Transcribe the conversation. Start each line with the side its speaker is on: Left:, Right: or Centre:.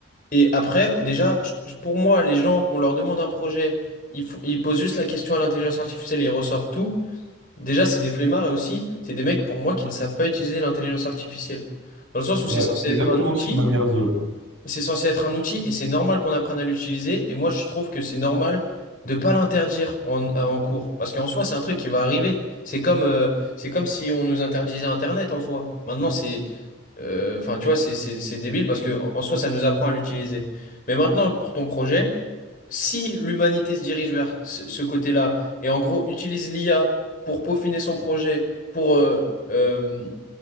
Left: Et après, déjà, je- je- pour moi, les gens, on leur demande un projet, ils, font- ils posent juste la question à l'intelligence artificielle et ils ressortent tout. Déjà, c'est des flemmards et aussi, c'est des mecs, pour moi, qui ne savent pas utiliser l'intelligence artificielle. Dans le sens où
Right: Ouais,
Left: c'est censé
Right: c'est
Left: être
Right: exactement
Left: un outil
Right: ce que ma mère dit, ouais.
Left: c'est censé être un outil et c'est normal qu'on apprenne à l'utiliser. Et moi, je trouve que c'est normal de pas l'interdire en, en cours. Parce qu'en soi, c'est un truc qui va arriver. C'est comme, euh, c'est comme si on nous interdisait Internet en soi. Maintenant, c'est, euh, enfin, tu vois, c'est c'est- c'est débile parce que en en soi, ça nous apprend à l'utiliser. Mais maintenant, pour ton projet, si l'humanité se dirige vers ce, ce côté-là et en gros utilise l'IA pour peaufiner son projet, pour euh, euh,